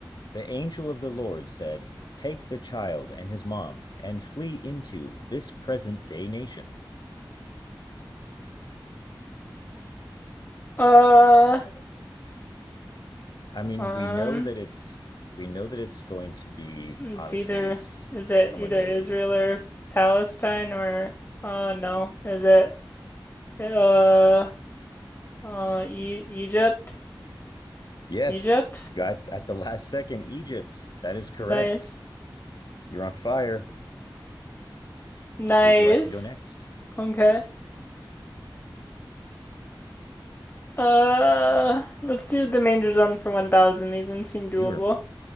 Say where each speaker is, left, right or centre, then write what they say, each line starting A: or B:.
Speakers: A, on the left; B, on the left.
A: the angel of the Lord said, Take the child and his mom and flee into this present day nation.
B: Uh,
A: I mean,
B: um,
A: we know that it's we know that it's going to be
B: it's
A: obviously
B: either is it
A: somewhere
B: either
A: in the Middle
B: Israel
A: East.
B: or Palestine or uh no, is it uh Uh, E Egypt,
A: Yes,
B: Egypt.
A: got at the last second Egypt. That is correct.
B: Nice,
A: You're on fire.
B: nice.
A: Where would you like to go next?
B: Okay. Uh, let's do the manger zone for 1,000. These ones seem doable.
A: You were